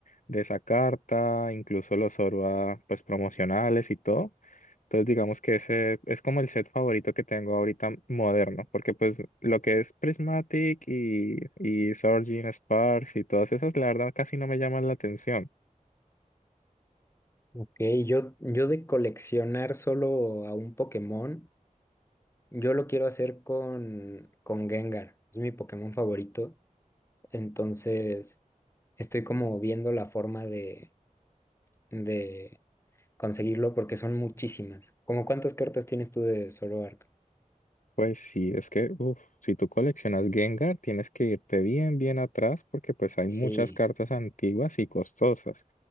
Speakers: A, on the left (about 65°); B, on the left (about 20°).
A: de esa carta, incluso los Zorua pues promocionales y todo. Entonces digamos que ese es como el set favorito que tengo ahorita moderno, porque pues lo que es Prismatic y, y Surging Sparks y todas esas, la verdad casi no me llaman la atención.
B: ok, yo, yo de coleccionar solo a un Pokémon, yo lo quiero hacer con, con Gengar, es mi Pokémon favorito, entonces estoy como viendo la forma de, de conseguirlo porque son muchísimas. ¿Cómo cuántas cartas tienes tú de Zoroark?
A: Pues sí, es que uf, si tú coleccionas Gengar, tienes que irte bien, bien atrás porque pues hay
B: Sí,
A: muchas cartas antiguas y costosas.